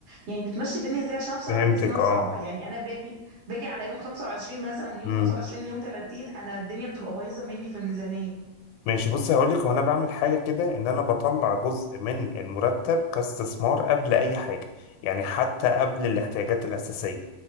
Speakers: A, on the right (about 60°); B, on the left (about 85°).
A: يعني بتمشي الدنيا ازاي عشان أنا بصراحة
B: فهمتك
A: بحس إنها
B: اه
A: صعبة يعني أنا باجي باجي على يوم 25 مثلا من يوم
B: مم.
A: 25 ليوم 30 أنا الدنيا بتبقى بايظة مني في الميزانية
B: ماشي بص هقول لك وانا بعمل حاجه كده ان انا بطلع جزء من المرتب كاستثمار قبل اي حاجه يعني حتى قبل الاحتياجات الاساسيه